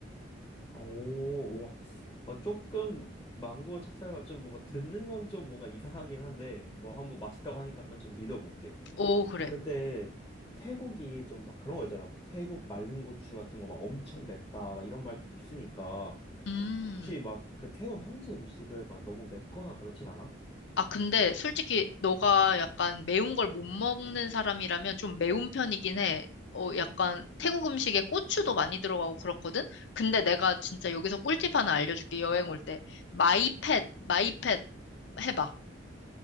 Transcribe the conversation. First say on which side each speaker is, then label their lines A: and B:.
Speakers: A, on the left; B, on the left.
A: 아, 오, 와. 어, 조금 망고 찹쌀과 좀 뭔가 듣는 건 좀 뭔가 이상하긴 한데 뭐 한번 맛있다고 하니까 한번 좀 믿어볼게.
B: 오, 그래.
A: 아, 근데 태국이 좀 막 그런 거 있잖아. 막 태국 말린 고추 같은 거 막 엄청 맵다 막 이런 말들이 있으니까
B: 음.
A: 혹시 막 그 태국 현지 음식을 막 너무 맵거나 그렇진 않아?
B: 아, 근데 솔직히 너가 약간 매운 걸 못 먹는 사람이라면 좀 매운 편이긴 해. 어, 약간 태국 음식에 고추도 많이 들어가고 그렇거든? 근데 내가 진짜 여기서 꿀팁 하나 알려줄게, 여행 올 때. 마이펫, 마이펫 해봐.